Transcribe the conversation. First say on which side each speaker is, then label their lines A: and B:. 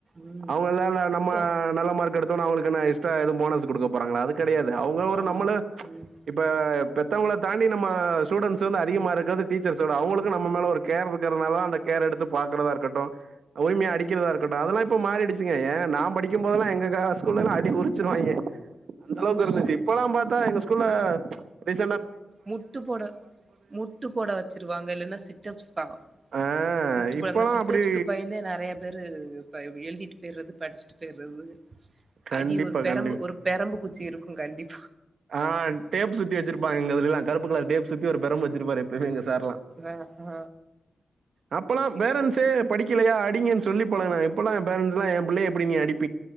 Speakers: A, on the right; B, on the right.
A: ம்.
B: அவுங்கல்ல நம்ம
A: இப்போ
B: ஆ நல்ல மார்க் எடுத்தோனா அவுங்களுக் கென்யா யூஸ் தத்தா எதும் போனஸ் குடுக்க போறாங்களா அது கெடயாது அவுங்க ஒரு
A: ஆமா.
B: நம்மளே
A: ம்.
B: இப்ப ஆ பெத்தவங்களத் தாண்டி நம்ம சூடண்ஸு வந்து அதிகமா இருக்கிறது டீச்சர்ஸோட அவுங்களுக்கு நம்ம மேல ஒரு கேர் இருக்கிறதுனால தான் அந்த கேர் எடுத்து பாக்குறதா இருக்கட்டும் உரிமேயா அடிக்கிறதா இருக்கட்டு அதெல்லாம் இப் போ மாறிடிச்சிங்க ஏன் நான் படிக்கும் போதெல்லாம் எங்க காஸ் ஸ்கூல்லெல்ல அடி உறிச்சிருவாங்கே அந்தளவுக்
A: ஆமா.
B: இருந்துச்சு இப்பெல்லாம் பாத்தா எங்க ஸ் கூல்ல ரிஃப்
A: முட்டு போட முட்டு போட வச்சிருவாங்க இல்லென்னா சிட்டப்ஸ் தான்
B: ஆ
A: முட்டு போட
B: இப்பல்லா
A: அந்த சிட்டப்ஸ்க்கு
B: அப்டி
A: பயந்தே நறைய பேரு எழுதிட்டு பெய்ட்றது படிஸ்ட்டு பெய்ட்றது
B: கண்டிப்பா
A: அடி ஒரு பெரம்பு
B: கண்டிப்பா
A: ஒரு பெரம்பு குச்சி இருக்கும் கண்டிப்
B: ஆ டேப்சுத்தி வச்சிருப்பாங்க எங்க இதிலெல்லாம் கருப்புக் கலர் டேப் சுத்தி ஒரு பெரம்ப வச்சிருப்பாரு எப்பெய்மே எங்க சார்லாம்
A: அ, ஆ.
B: அப்பெல்லாம்
A: இப்போ
B: பேரன்ஸ்ஸே படிக்கேலியா அடிங்கன்னு சொல்லி பலஹ்னாங் இப்பலாம் பேரன்ஸ்லா ஏன் புள்ளய எப்டி நீ அடிப்